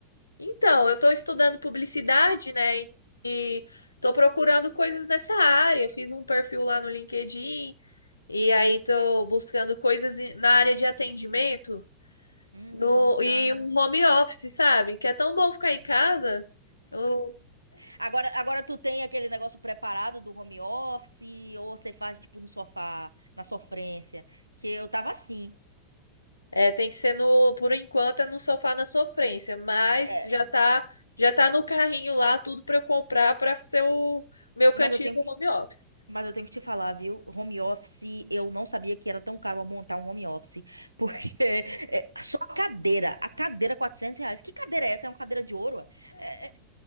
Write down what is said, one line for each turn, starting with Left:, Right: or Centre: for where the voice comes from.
Left: Então, eu estou estudando publicidade, né? E estou procurando coisas nessa área. Fiz um perfil lá no LinkedIn e aí estou buscando coisas em- na área de atendimento
Right: Hum,
Left: no, e
Right: ah.
Left: um home office, sabe? Que é tão bom ficar em casa. Eu-
Right: Agora, agora tu tem aquele negócio preparado do home office ou você faz tipo no sofá, na sofrência, que eu tava assim.
Left: é, tem que ser no, por enquanto, é no sofá na sofrência, mas
Right: É,
Left: já tá, já tá no carrinho lá, tudo para eu comprar para ser o meu
Right: mas
Left: cantinho
Right: eu tenho
Left: do
Right: que,
Left: home office.
Right: mas eu tenho que te falar, viu? Home office, eu não sabia que era tão caro montar um home office, porque <laughs> é, só a cadeira, a cadeira 400 reais. Que cadeira é essa? É uma cadeira de ouro? ué? É,